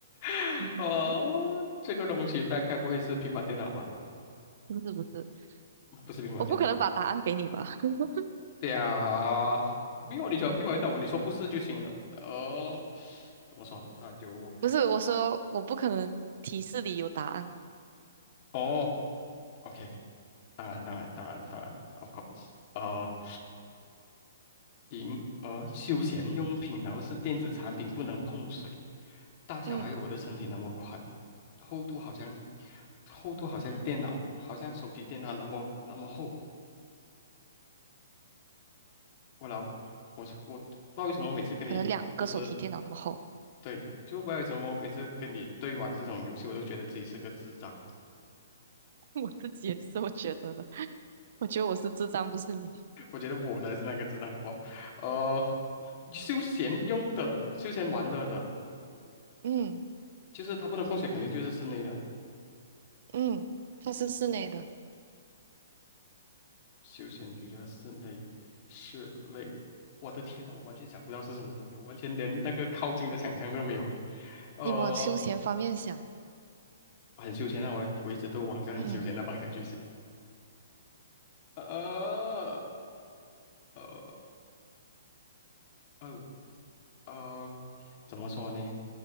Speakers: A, on the left; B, on the right.
A: <laughs>
B: 嗯，
A: 哦，这个东西大概不会是平板电脑吧？
B: 不是不是，
A: 不是平板电脑。
B: 我不可能把答案给你吧？<laughs>
A: 对啊，没有你想平板电脑，你说不是就行了。哦，怎么说？它就
B: 不是，我说我不可能提示里有答案。
A: 哦，OK，当然，当然，当然，当然，of course。呃，银呃，休闲用品，然后是电子产品，不能碰水。大小还有我的身体那么宽，
B: 嗯，
A: 厚度好像厚度好像电脑，好像手提电脑那么那么厚。我老我我不知道为什么每次跟你。
B: 可能两个手提电脑那么厚，
A: 就是。对，就不知道为什么每次跟你对玩这种游戏，我都觉得自己是个智障。
B: <laughs> 我自己也是这么觉得的。<laughs> 我觉得我是智障，不是你。
A: <laughs> 我觉得我才是那个智障，好不好？呃，休闲用的、休闲玩乐的，
B: 嗯
A: 就是它不能碰水，肯定就是室内的
B: 嗯，它是室内的，
A: 休闲娱乐、室内、室内。我的天呐，我完全想不到是什么东西，我完全连那个靠近的想象都没有诶。呃，
B: 你往休闲方面想。
A: 很休闲啊，我我一直都往着很休闲的方向去想。
B: 嗯
A: 呃呃呃呃。怎么说呢？